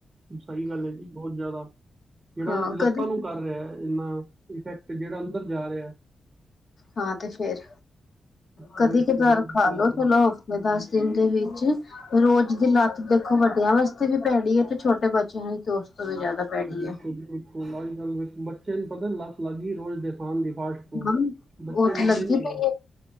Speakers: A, on the right (about 25°); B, on the left (about 45°).
A: ਸਹੀ ਗੱਲ ਹੈ ਜੀ ਬਹੁਤ ਜ਼ਿਆਦਾ ਜਿਹੜਾ
B: ਹਾਂ ਕਦੇ
A: ਲੱਤਾਂ ਨੂੰ ਕਰ ਰਿਹਾ ਇਨਾ ਇਫੈਕਟ ਜਿਹੜਾ ਅੰਦਰ ਜਾ ਰਿਹਾ
B: ਹਾਂ ਤੇ ਫੇਰ ਕਦੀ-ਕਦਾਰ
A: ਉਹੀ ਤੇ ਬਹੁਤ
B: ਖਾ
A: ਬੁਰਾ
B: ਲੋੋ
A: ਹਾਲ ਹੈ
B: ਚੱਲੋ ਮ ਦਸ ਦਿਨ ਦੇ ਵਿੱਚ ਰੋਜ਼ ਦੀ ਲੱਤ ਦੇਖੋ ਵੱਡਿਆਂ ਵਾਸਤੇ ਵੀ ਪੈੜੀ ਏ ਤੇ ਛੋਟੇ ਬੱਚਿਆਂ ਤੇ ਉਸ ਤੋਂ ਵੀ ਜ਼ਿਆਦਾ ਭੈੜੀ
A: ਬਿਲਕੁਂਂਲ-ਬਿਲਕੁਂਲ
B: ਹੈ।
A: ਅੱਜ-ਕੱਲ੍ਹ ਦੇ ਬੱਚੇ ਨੂੰ ਪਤਾੱ ਲੱਤ ਲੱਗ ਗਈ ਰੋਜ਼ ਦੇ ਖਾਣ ਦੀ ਫਾਸਟ ਫੂਡ
B: ਹਾਂ,
A: ਬੱਚੇ
B: ਉਹ ਤੇ
A: ਮੰਨਦੇ
B: ਲੱਗੀ
A: ਨੀ
B: ਪਈ
A: ਹੈਗੇ।
B: ਏ